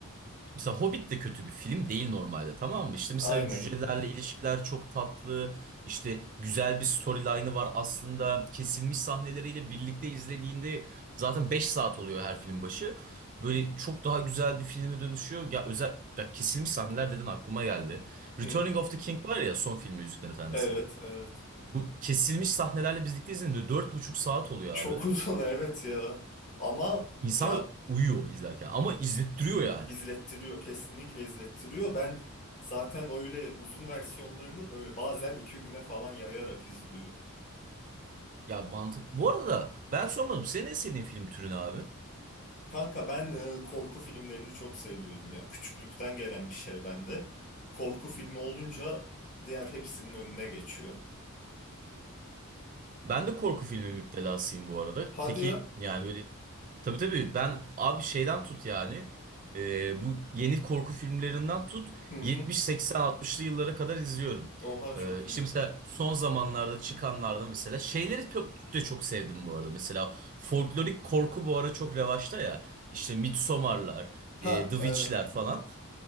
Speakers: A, on the right; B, on the left.
A: Mesela Hobbit de kötü bir film değil normalde tamam mı? İşte mesela
B: Aynen.
A: cücelerle ilişkiler çok tatlı işte güzel bir storyline'ı var aslında kesilmiş sahneleriyle birlikte izlediğinde zaten 5 saat oluyor her film başı. Böyle çok daha güzel bir filme dönüşüyor. Ya özel ya kesilmiş sahneler dedin aklıma geldi. Returning
B: Hı.
A: of the King var ya son filmi Yüzüklerin Efendisi.
B: Evet, evet.
A: Bu kesilmiş sahnelerle birlikte izlediğinde dört buçuk saat oluyor
B: Çok
A: abi.
B: uzun <laughs> evet ya. Ama
A: İnsan
B: ya
A: uyuyor izlerken ama izlettiriyor yani.
B: izlettiriyor, kesinlikle izlettiriyor. Ben zaten öyle uzun versiyonlarını böyle bazen iki güne falan yayarak izliyorum.
A: Ya mantık. Bu arada ben sormadım. Senin en sevdiğin film türü ne abi?
B: Kanka ben e, korku filmlerini çok seviyorum ya. Küçüklükten gelen bir şey bende. Korku filmi olunca diğer hepsinin önüne geçiyor.
A: Ben de korku filmi müptelasıyım bu arada.
B: Hadi
A: Peki
B: ya.
A: yani böyle tabii tabii ben abi şeyden tut yani e, bu yeni korku filmlerinden tut
B: Hı hı.
A: 70 80 60'lı yıllara kadar izliyorum.
B: Oha
A: E,
B: çok
A: işte
B: iyi.
A: mesela son zamanlarda çıkanlarda mesela şeyleri çok, de çok sevdim bu arada. Mesela folklorik korku bu ara çok revaçta ya. İşte Midsommar'lar,
B: Ha
A: e, The Witch'ler
B: evet.
A: falan.